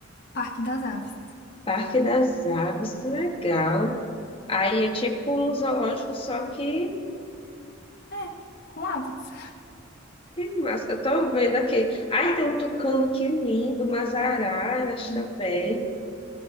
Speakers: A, on the left (about 55°); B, on the left (about 25°).
A: Parque das Aves.
B: Parque das Aves, que legal. Aí é tipo um zoológico, só que
A: É, com aves.
B: Que massa. Eu tô vendo aqui. Ai, tem um tucano que lindo, umas araras
A: Sim.
B: também.